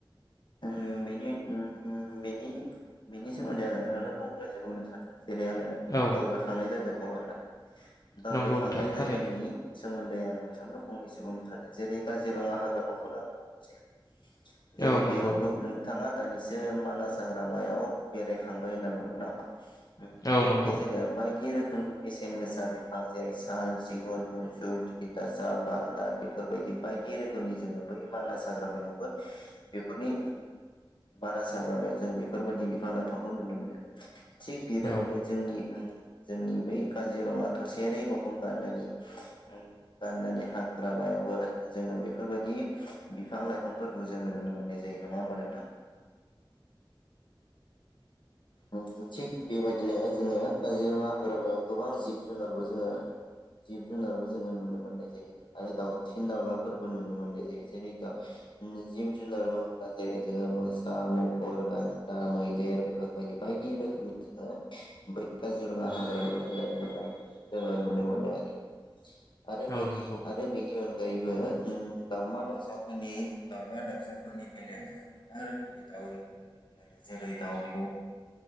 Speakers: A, on the left; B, on the left.
A: ओम नि ओम बेनि सोमोन्दै आनो फनैसो बुंनो सानदों। जेरै आङो
B: औ
A: दावबायखांनाय जायगा खौ आरो दाबोखांनाय
B: नंगौ नोंथां
A: जायगानि
B: थारैनो
A: सोमोन्दै आं नोंथांनो फंनसो बुंनो थांदों जेरै काजिरङा हाग्रामाखौनो आङ बुंनोसै। जेरै
B: औ
A: बेयाव
B: नंगौ
A: नोंथाङा दानिसो मानास हाग्रामायाव बेरायखांबाय होनना बुंदों ना। ओं
B: औ
A: बेवहाय
B: नंगौ
A: जोङो बायदि रोखोम बेसेन गोसा बिफां जेरै साल, सिगुन, बुनसु थिथााससा, बागद बेफोरबायदि। बायदि रोखोमनि जोङो बै मानास हाग्रामायावबो बेफोरनि मानास हाग्रामायाव जों बेफोरबायाददि बिफां लाइफांखौ नुनो मोनो। थिग बेबादिनो
B: औ
A: जोंनि उम जोंनि बै काजिरङा थसेयारि गं गान्दानि उम गान्दानि हाग्रामायावबो जोङो बेफोरबायदि बिफां लाइफांफोरखौ जोङो नुनो मोननाय जायो नङा होमब नोंथां? उम थिग बेबायदिनो जोङो काजिरङा हाग्रामायाव गोबां जिब जुनारबो जोङो जिब जुनारबो जोङो नुनो मोननाय जायो आरो दाउसिन दाउलाफोरबो नुनो मोननाय जायो। जेरै दा उम जिब जुनार बुङोब्ला जेरै जोङो मोसा मुफुर गान्दा मैदेर बेफोरबायदि बायदि रोखोमनि जोङो बै काजिरङा हाग्रामायाव जोङो नुनाय जोङो नुनो मोनो आरो आरो बेनि
B: औ नंगौ
A: आरो बेनि अनगायैबो उम दाउमा दाउसाफोरनि दाउमा दाउसाफोरनि बेलायाव जों गोबां रोखोमनि दउ नुनो मोनो जेरै दाउब